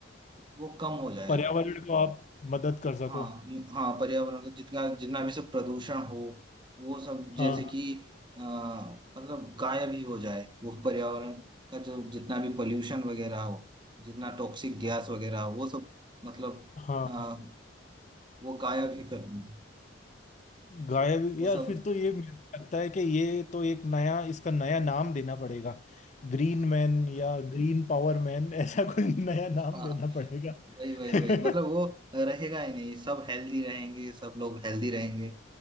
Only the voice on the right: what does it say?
वो कम हो जाएगा
हाँ हाँ पर्यावरण का जितना जितना भी सब प्रदूषण हो वो सब जैसे
कि आ, मतलब गायब ही हो जाए वो पर्यावरण का जो जितना भी पोल्यूशन वगैरह हो जितना टॉक्सिक गैस वगैरह हो वो सब मतलब
हाँ वो गायब ही कर दें
वो
सब
हाँ
वही वही
वही मतलब वो रहेगा ही नहीं सब हेल्दी रहेंगे सब लोग हेल्दी रहेंगे